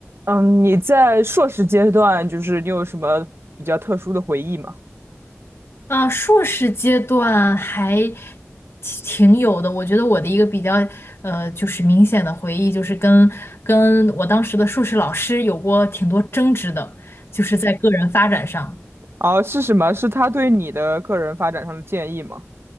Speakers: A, on the right; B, on the left.
A: 嗯，你在硕士阶段，就是你有什么比较特殊的回忆吗？
B: 啊，硕士阶段还挺挺有的。我觉得我的一个比较呃，就是明显的回忆，就是跟跟我当时的硕士老师有过挺多争执的，就是在个人发展上。
A: 哦，是什么？是他对你的个人发展上的建议吗？